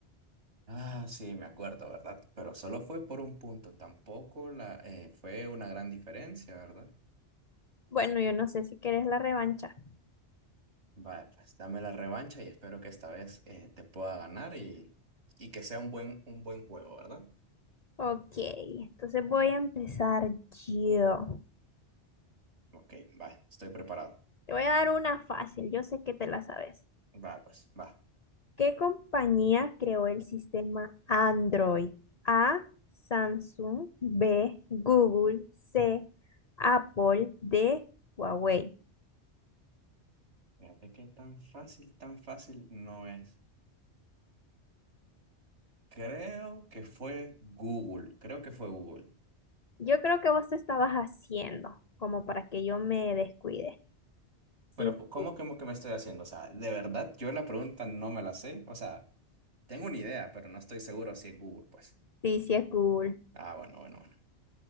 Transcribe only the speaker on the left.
Bueno, yo no sé si querés la revancha.
Ok, entonces voy a empezar yo.
Te voy a dar una fácil, yo sé que te la sabes.
¿Qué compañía creó el sistema Android? A, Samsung, B, Google, C, Apple, D, Huawei.
Yo creo que vos te estabas haciendo como para que yo me descuide.
Sí,
cu-
sí, sí es cool.